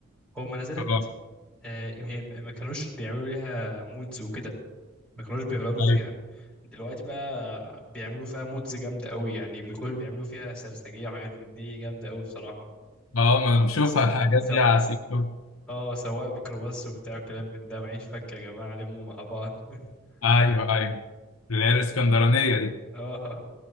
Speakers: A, in the centre; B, on the left.
A: هو ما نزلت
B: اه
A: آه، هي م- ما كانوش بيعملوا ليها مودز وكده ما كانوش بيغيروا فيها
B: أيوة.
A: دلوقتي بقى بيعملوا فيها مودز جامدة قوي يعني بيكونوا بيعملوا فيها سرسجية وحاجات من دي جامدة قوي بصراحة
B: اه ما انا بشوفها
A: وس...
B: الحاجات
A: سو...
B: دي على
A: س-
B: التيك توك
A: اه سواق ميكروباص وبتاع كلام من ده معيش فك يا جماعة لموا مع بعض <laughs>
B: ايوه ايوه اللي هي الاسكندرانيه دي
A: اه